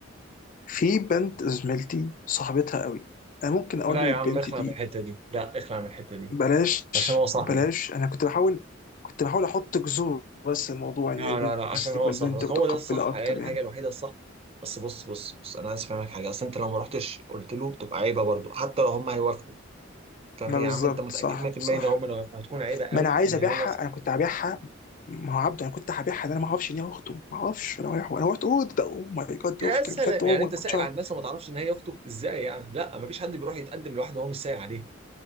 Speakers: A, on the left (about 45°); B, on the right (about 30°).
A: في بنت زميلتي صاحبتها قوي انا ممكن اقول
B: لا
A: للبنت
B: يا عم اخلع
A: دي
B: من الحته دي لا اخلع من الحته دي
A: بلاش
B: عشان هو صاحبك
A: بلاش انا كنت بحاول كنت بحاول احط جذور بس الموضوع ان
B: لا لا لا عشان
A: بس تبقى
B: هو صاحبك
A: البنت متقبله
B: هو ده الصح
A: اكتر
B: هي الحاجه
A: يعني
B: الوحيده الصح بس بص بص بص انا عايز افهمك حاجه اصل انت لو ما رحتش قلت له تبقى عيبه برضه حتى لو هم هيوافقوا فاهم
A: ما
B: يا
A: بالظبط
B: عم انت متاكد
A: صح
B: 100%
A: صح
B: لو هم لو هيوافقوا هتكون عيبه قوي
A: ما انا عايز
B: ان
A: ابيعها
B: هو صاحبك
A: انا كنت هبيعها ما هو عبده انا كنت هبيعها ده انا ما اعرفش ان هي اخته ما اعرفش انا رايح انا رحت اوه ده اوه ماي جاد دي
B: يا
A: اختك
B: سلام
A: بجد اوه
B: يعني
A: ما
B: انت
A: كنتش
B: سائل
A: اعرف
B: عن الناس وما تعرفش ان هي اخته ازاي يعني لا ما فيش حد بيروح يتقدم لوحده وهو مش سائل عليه